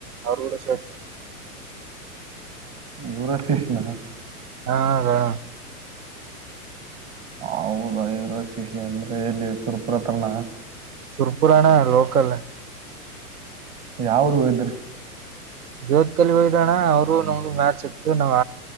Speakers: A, on the right; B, on the right.
A: ಅವರು ಕೂಡ ಸೇತ
B: ಇವರುಷ್ಟಸಿನ
A: ಹ ಅದೇ ಅಣ್ಣ
B: ಹೌದಾ ಇವರ ಶಿಶ ಅಂದ್ರೆ ಇಲ್ಲಿ ಸುರ್ಪುರ ಹತ್ರನ
A: ಸುರ್ಪುರಾಣ ಲೋಕಲ್
B: ಯಾವ ಊರು ಹೋಗಿದ್ರಿ
A: ಜ್ಯೋತ್ಕಲಿ ಹೋಗಿದುವಾ ಅಣ್ಣ ಅವ್ರು ನಮ್ದು ಮ್ಯಾಚ್ ಇತ್ತು ನಾವ್